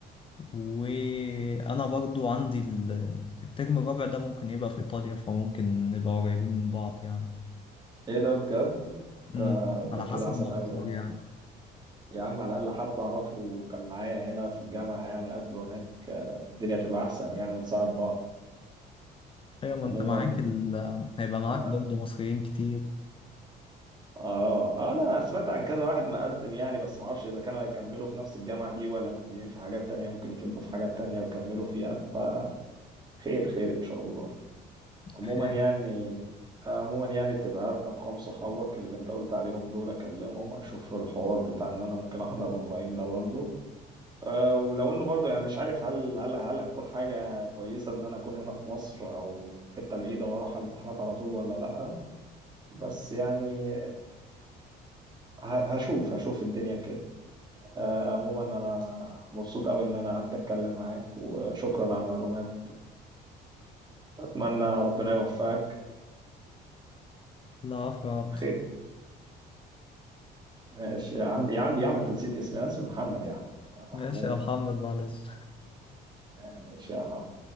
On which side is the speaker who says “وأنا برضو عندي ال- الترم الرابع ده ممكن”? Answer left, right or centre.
Left